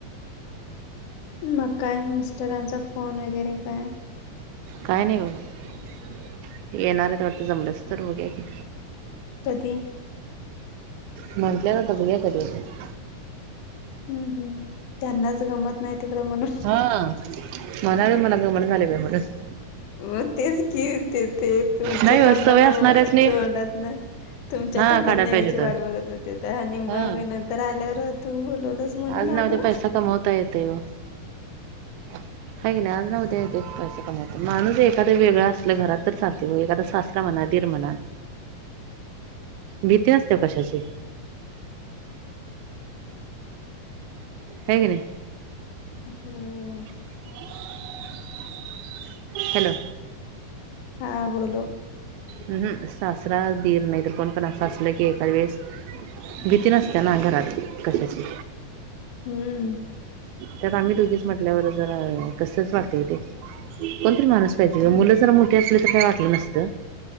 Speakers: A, on the left; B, on the right.
A: मग काय मिस्टरांचा फोन वगैरे काय?
B: काय नाही बघ, येणारे वाटत ते जमलंस तर बघ की
A: कधी?
B: म्हंटल्यात आता बघुया कधीे येत्यात.
A: हम्म हम, त्यांनाच गमत नाही तिकड म्हणून
B: हा म्हणाले मला गमण झाले बाई म्हणून.
A: मग तेच घि ते ते तुमच्या
B: नाही हो,
A: तोंडाने
B: सवय असणाऱ्यासनी
A: तोंडातन तुमच्या
B: हा
A: तोंडात
B: काढायला
A: यायची
B: पाहिजे होतं.
A: वाट बघत होते, तर आणि
B: हा
A: मग नंतर आल्यावर तू बोलवलंस म्हणून
B: आज
A: आलो
B: ना उद्या पैसा कमवतायेतय ओ हेक नाही आज न ते ते पैसे कमवतात माणूस एखादे वेगळं असलं घरात तर चालते व एखादा सासरा म्हणा, दीर म्हणा. भीती असते कशाची हे क नाही.
A: होय.
B: <inaudible> हॅलो!
A: हां बोलो.
B: हमम सासरा दिर नाही तर कोण पण असं असलं की एखाद वेळेस भीती नसत्या ना घरात कशाची.
A: हम्म!
B: त्यात आम्ही दोघीच म्हटल्यावर जर कसच वाटते ते कोणतरी माणूस मुलं
A: हम्म
B: जरा मोठी असली तर काही वाटलं नसत.